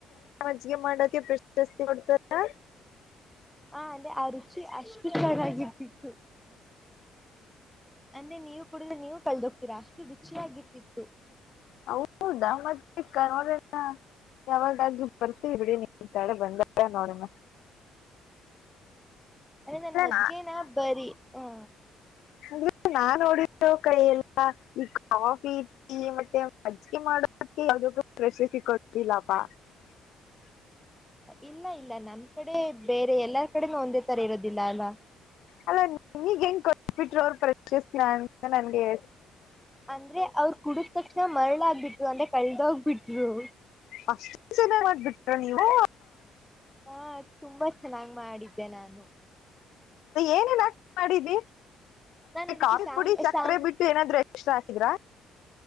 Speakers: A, on the left (about 80°); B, in the centre.
A: ಮಜ್ಗೆ ಮಾಡೋಕೆ ಬಿಸ್ ಎಷ್ಟ್ ಕೊಡ್ತಾರಾ
B: ಹಾ ಅದೇ ಆ ರುಚಿ ಅಷ್ಟು ಚೆನಾಗಿದ್ದಿತ್ತು. ಅಂದ್ರೇ ನೀವು ಕುಡಿದ್ರೆ ನೀವು ಕಲದ್ ಹೋಗ್ತೀರಾ ಅಷ್ಟು ರುಚಿಯಾಗಿದ್ದಿತ್ತು
A: ಹೌದಾ ಮತ್ತೆ ಕ- ನೋಡೋಣ ಯಾವಾಗಾದ್ರೂ ಬರ್ತೀವಿ ಬಿಡಿ ನಿಮ್ ಕಡೆ ಬಂದಾಗ ನೋಡ್ತಿವಿ
B: ಅರೆ ನಾನ್ ಮಜ್ಗೆನಾ
A: ನಾ-
B: ಬರಿ ಹ್ಮ್ಮ್ಮ್
A: <inaudible>
B: ಇಲ್ಲಾ ಇಲ್ಲಾ ನಮಕಡೆ ಬೇರೆ ಎಲ್ಲರಕಡೆನೂ ಒಂದೇತರಾ ಇರೋದಿಲ್ಲ ಅಲ್ವಾ
A: ಅಲ್ಲಾ ನಿಮಗ್ ಹೆಂಗ್ ಕೋಟಬಿಟ್ರು ಅವರ ಪರ್ಚೆಸನಾ ಅಂತ ನಂಗೆ
B: ಅಂದ್ರೇ ಅವ್ರು ಹುಡುತಕ್ಷಣ ಮಾರಾಳಗ್ಬಿಟ್ಲು ಅಂದ್ರೇ ಕಾಲ್ದೊಗ್ಬಿಟ್ಲು <unintelligible> ರೂಯೂ
A: ಅಷ್ಟು ಚೆನ್ನಾಗ್ ಮಾಡ್ಬಿಟ್ರ ನೀವೂ
B: ಹಾ ತುಂಬಾ ಚೆನ್ನಾಗ್ ಮಾಡಿದ್ದೆ ನಾನು
A: ಏನ್ ಏನ್ ಹಾಕಿ ಮಾಡಿದ್ರಿ
B: ನಾನ್ ಅದಕ್ಕೆ
A: ಕಾಫಿ
B: ಸಾಮ್
A: ಪುಡಿ ಮತ್ತೆ ಸಕ್ರೆ
B: ಸಾಮ್
A: ಬಿಟ್ಟು ಬೇರೆ ಏನಾದ್ರು ಎಕ್ಸ್ಟ್ರಾ ಹಾಕಿದ್ರಾ